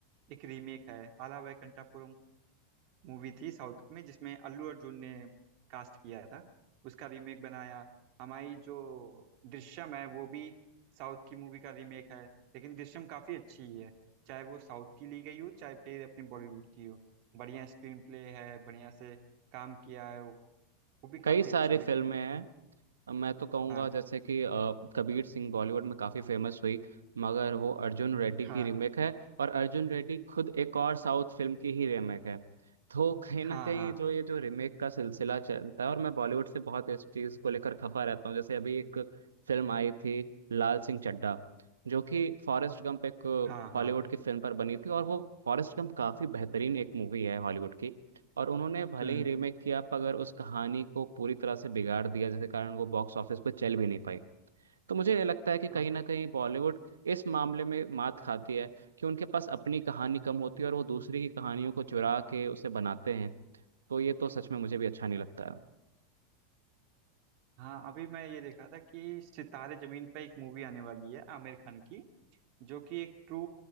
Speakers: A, on the right; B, on the right.
A: एक रीमेक है आला वैकुंठपुरम मूवी थी साउथ में जिसमें अल्लू अर्जुन ने कास्ट किया था उसका रीमेक बनाया हमारी जो दृश्यम है वो भी साउथ की मूवी का रीमेक है लेकिन दृश्यम काफ़ी अच्छी है चाहे वो साउथ की ली गई हो चाहे फिर अपनी बॉलीवुड की हो बढ़िया स्क्रीन प्ले है बढ़िया से काम किया है वो भी
B: कई
A: काफ़ी
B: सारी
A: अच्छी लेकिन
B: फिल्में हैं अब मैं तो कहूँगा
A: हाँ
B: जैसे कि अ, कबीर सिंह बॉलीवुड में काफ़ी फेमस हुई मगर वो अर्जुन रेड्डी
A: हाँ
B: की रीमेक है और अर्जुन रेड्डी खुद एक और साउथ फिल्म की ही रीमेक है तो कहीं
A: हाँ
B: ना कहीं
A: हाँ
B: जो ये जो रीमेक का सिलसिला चलता है और मैं बॉलीवुड से बहुत इस चीज़ को लेकर खफा रहता हूँ जैसे अभी एक फिल्म आई थी लाल सिंह चड्ढा जो कि फॉरेस्ट गंप एक
A: हाँ
B: हॉलीवुड
A: हाँ
B: की फिल्म पर बनी थी और वो फॉरेस्ट गंप काफ़ी बेहतरीन एक मूवी है हॉलीवुड की और उन्होंने भले
A: हम्म
B: ही रीमेक किया पर अगर उस कहानी को पूरी तरह से बिगाड़ दिया जिसके कारण वो बॉक्स ऑफिस पर चल भी नहीं पाई तो मुझे ये लगता है कि कहीं
A: हाँ
B: ना कहीं बॉलीवुड इस मामले में मात खाती है कि उनके पास अपनी कहानी कम होती है और वो दूसरी की कहानियों को चुरा के उसे बनाते हैं तो ये तो सच में मुझे भी अच्छा नहीं लगता है
A: हाँ अभी मैं ये देख रहा था कि सितारे जमीन पर एक मूवी आने वाली है आमिर खान की जो कि एक ट्रू